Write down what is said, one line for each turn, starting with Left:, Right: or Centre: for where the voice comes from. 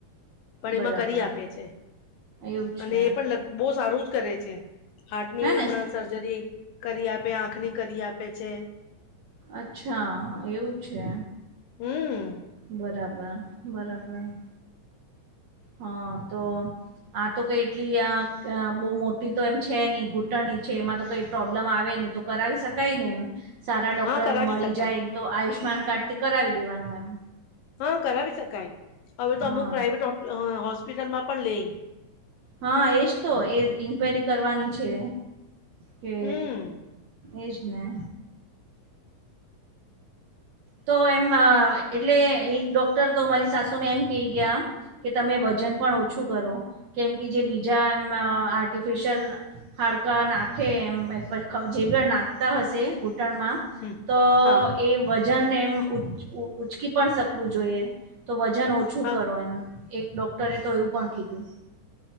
Left: પણ
Right: બરાબર
Left: એમાં કરી આપે છે,
Right: એવું છે
Left: અને એ પણ અલગ બહુ સારું જ કરે છે, હાર્ટની
Right: હે
Left: હમણાં
Right: ને
Left: સર્જરી કરી આપે, આંખની કરી આપે છે.
Right: અચ્છા, એવું છે?
Left: હમ
Right: બરાબર. બરાબર. હા, તો. આ તો કંઈ એટલી બહુ મોટી તો એમ છે નહીં. ઘૂંટણી છે એમાં તો કંઈ પ્રોબ્લેમ આવે નહી. કરાવી શકાય ને, એમ સારા ડોક્ટર
Left: હા કરાવી
Right: મળી
Left: શકાય
Right: જાય. તો આયુષ્યમાન કાર્ડ થી કરાવી દેવાનું એમ.
Left: હા, કરાવી શકાય. હવે તો
Right: હા
Left: અમુક પ્રાાઈવેટ હોસ્પિટલમાં પણ લેઈ
Right: હા, એજ તો. એ ઇન્ક્વાયરી કરવાની છે કે
Left: હમ
Right: એજ ને. તો એમ, એટલે એક ડોક્ટર તો મારી સાસુને એમ કહી ગયા. કે તમે વજન પણ ઓછું કરો, કેમ કે જે બીજા એમ આર્ટિફિશિયલ હાડકા નાખે એમ, જે પણ નાખતા હશે ઘૂંટણમાં.
Left: હમ
Right: તો
Left: હા
Right: એ વજન એમ ઉંચકી પણ શકવું જોઈએ. તો વજન ઓછું
Left: હા
Right: કરો, એમ એક ડોક્ટરે તો એવું પણ કીધું.